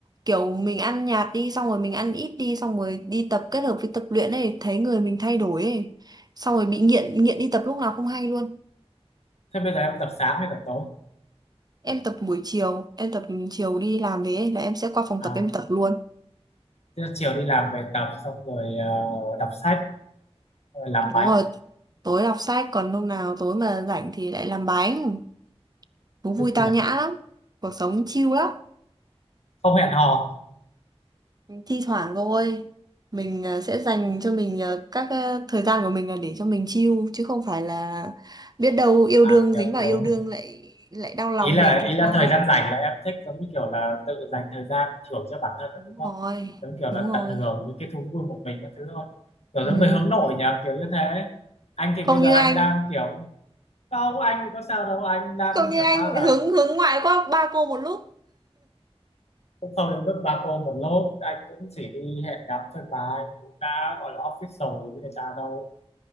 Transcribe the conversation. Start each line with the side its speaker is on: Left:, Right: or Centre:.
Right: kiểu mình ăn nhạt đi xong rồi mình ăn ít đi xong rồi đi tập kết hợp với tập luyện ấy thấy người mình thay đổi ấy xong rồi bị nghiện nghiện đi tập lúc nào không hay luôn
Left: Thế bây giờ em tập sáng hay tập tối?
Right: em tập buổi chiều em tập chiều đi làm về ấy, là em sẽ qua phòng
Left: À,
Right: tập em tập luôn
Left: thế chiều đi làm về tập xong rồi ờ, đọc sách rồi làm
Right: Đúng
Left: bánh
Right: rồi, tối đọc sách còn hôm nào tối mà rảnh thì lại làm bánh. Thú vui
Left: Ừ,
Right: tao nhã lắm, cuộc sống chill lắm.
Left: Không hẹn hò
Right: Thi thoảng thôi, mình ờ, sẽ dành cho mình ờ, các ờ, thời gian của mình là để cho mình chill chứ không phải là biết đâu yêu
Left: à,
Right: đương
Left: kiểu
Right: dính vào
Left: kiểu
Right: yêu đương lại lại đau lòng
Left: ý là
Right: mình thì
Left: ý là
Right: sao?
Left: thời gian rảnh là em thích giống như kiểu là tự dành thời gian thưởng cho bản thân đó,
Right: Đúng
Left: đúng không?
Right: rồi,
Left: Giống kiểu
Right: đúng
Left: là
Right: rồi.
Left: tận hưởng những cái thú vui một mình các thứ thôi. Kiểu
Right: Ừm,
Left: giống người hướng nội nhỉ, kiểu như thế. Anh thì
Right: không
Left: bây giờ
Right: như
Left: anh
Right: anh,
Left: đang kiểu không anh thì có sao đâu anh đang
Right: không như
Left: chẳng
Right: anh
Left: qua là
Right: hướng hướng ngoại quá ba cô một lúc.
Left: cũng không đến mức ba cô một lốp anh cũng chỉ đi hẹn gặp thôi mà anh cũng đã gọi là office rồi với người ta đâu